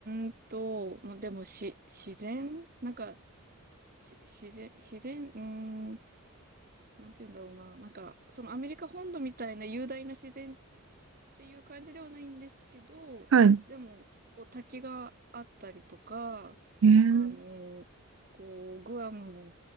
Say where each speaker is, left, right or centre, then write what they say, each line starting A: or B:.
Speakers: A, on the right; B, on the right.
A: ーんと、まあ、でもし、自然なんか、し、自然、自然、うーん、なんて言うんだろうな。なんか、そのアメリカ本土みたいな雄大な自然ていう感じではないんですけど、
B: はい。
A: でも、こう滝があったりとか、
B: えー、
A: あの、こう、グアムの